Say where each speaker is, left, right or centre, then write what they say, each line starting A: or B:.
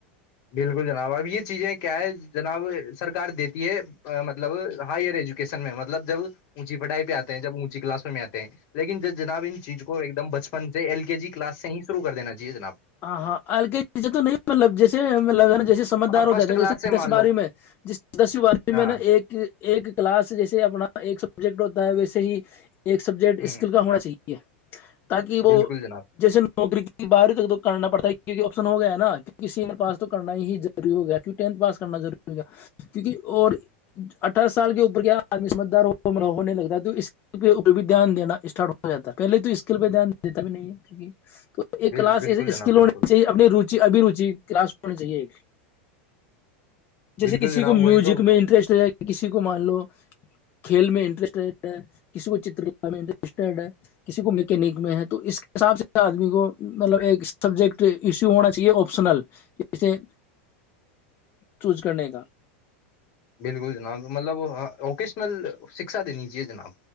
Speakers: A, on the left (about 50°); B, on the left (about 35°).
A: بالکل جناب اب یہ چیزیں کیا ہے جناب سرکار دیتی ہے مطلب ہائر ایجوکیشن میں مطلب جب اونچی پڑھائی پہ آتے ہیں جب اونچی کلاسوں میں آتے ہیں لیکن جب جناب ان چیز کو ایک دم بچپن ایل کے جی کلاس سے ہی شرع کر دا چاہیے جناب
B: ہاں ہاں الک چ تو نہیں مطلب جیس لگن جیسے سمجھدار
A: ہاں
B: ہو
A: فرسٹ
B: جاتے ہیں
A: کلاس
B: جیسے
A: سے
B: دس
A: مان
B: بارو
A: لو
B: میں جس دسو بارہو
A: ہاں
B: میں نا ایک ایک کلاس جیسے اپنا ایک سبجیکٹ ہوتا ہے ویسے ہی ایک سبجیکٹ اسکل
A: ہ
B: کا ہونا چاہیے ٹ ہے تاکہ وہ
A: بالکل جناب
B: جیسے نوکری کی باری تک تو آشن ہو گیا ہے نا کی پاس تو کرنا ہی ضروری ہو گیا پاس کرنا وری ہوگ کیک اور اٹھارہ سال کے اوپر کیا آد سمجھدار ہو نہیں لگتا ہے تو اسک کے اپ بھی دھیان دینا اسٹارٹ ہو جا ہے پہے تو اسکل پہ دھیان دیتا بھی نہیں ہےک تو ایک
A: بل-
B: کلاس
A: بالکل
B: ایس
A: جناب بالکل
B: لونے سے ہی اپنی رچ اب روچی کلاس ہونا چاہیے ایک جیسے
A: بالکل
B: کسی
A: جناب
B: کو میوزک
A: وہی تو
B: میں انٹرسٹ رہ ج کہ کسی کو مان لو کھیل میں انٹرسٹیڈ ہے کسی کو چترکلا میں انٹرسٹیڈ ہے کسی کو میکینک میں ہے تو اس کے حساب سے آدمی کو مطلب ایک سبجیکٹ ایشو ہونا چاہیے آپشنل جے چوز کرنے کا
A: بالکل جناب مطلب ووکیشنل شکشا دینجیے جناب